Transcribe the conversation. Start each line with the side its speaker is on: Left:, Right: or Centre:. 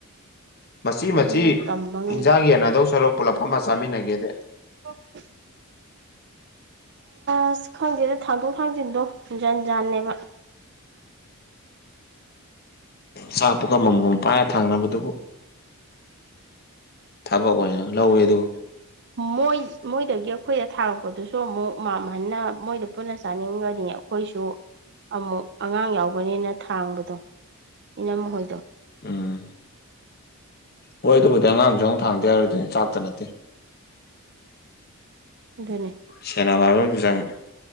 Left: ꯃꯆꯤ
Right: ꯑꯗꯨꯅ
Left: ꯃꯆꯤ
Right: ꯇꯝꯕ ꯉꯝꯗꯦ
Left: ꯍꯤꯟꯖꯥꯡ ꯌꯦꯟꯅꯗꯧ ꯁꯔꯨꯛ ꯄꯨꯂꯞ ꯐꯝꯃ ꯆꯥꯃꯤꯟꯅꯒꯦꯗꯦ
Right: <unintelligible> ꯑꯁ ꯈꯪꯗꯦꯗ ꯊꯥꯡꯗꯣꯛ ꯊꯥꯡꯖꯤꯟꯗꯣ ꯖꯟ ꯖꯥꯟꯅꯦꯕ
Left: ꯆꯥꯛ ꯄꯨꯈꯝ ꯑꯃꯝ ꯃꯝ ꯄꯥꯏꯔ ꯊꯥꯡꯅꯕꯗꯨꯕꯨ ꯊꯕꯛ ꯑꯣꯏꯅ ꯂꯧꯋꯤ ꯑꯗꯨ
Right: ꯃꯣꯏ ꯃꯣꯏꯗꯒꯤ ꯑꯩꯈꯣꯏꯗ ꯊꯥꯡꯉꯛꯄꯗꯨꯁꯨ ꯑꯃꯨꯛ ꯃꯝꯍꯟꯅ ꯃꯣꯏꯗ ꯄꯨꯟꯅ ꯆꯥꯅꯤꯡꯒꯅꯤ ꯑꯩꯈꯣꯏꯁꯨ ꯑꯃꯨꯛ ꯑꯉꯥꯡ ꯌꯥꯎꯕꯅꯦꯅ ꯊꯥꯡꯕꯗꯣ ꯏꯅꯝꯃ ꯍꯣꯏꯗꯣ
Left: ꯎꯝ ꯍꯣꯏ ꯑꯗꯨꯕꯨꯗꯤ ꯑꯉꯥꯡꯁꯨ ꯌꯥꯎꯅ ꯊꯥꯡꯗ ꯌꯥꯔꯣꯏꯗꯨꯗꯤ ꯆꯥꯛꯇ ꯅꯠꯇꯦ
Right: ꯑꯗꯨꯅꯤ
Left: ꯁꯦꯟꯅꯕ ꯍꯥꯏꯕ ꯑꯃꯖꯨ ꯆꯪꯉꯤ